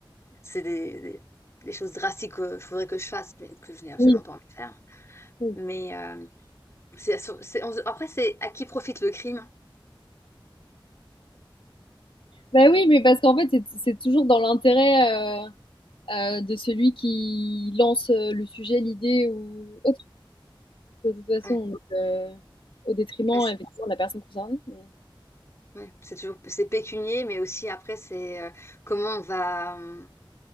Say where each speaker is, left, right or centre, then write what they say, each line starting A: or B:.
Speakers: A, on the left; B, on the left.
A: C'est des, des- des choses drastiques qu'il faudrait que je fasse, mais que je n'ai absolument
B: oui,
A: pas envie de faire.
B: oui.
A: Mais euh, c'est, c'est- on- après, c'est à qui profite le crime?
B: Bah oui, mais parce qu'en fait, c'est- c'est toujours dans l'intérêt euh, euh, de celui qui lance euh, le sujet, l'idée ou autre. de toute façon,
A: Ouais,
B: donc, euh, au détriment
A: ouais, c'est
B: effectivement, de la personne concernée. mais-
A: ouais, c'est toujours, c'est pécunier, mais aussi après, c'est euh, comment on va. hum,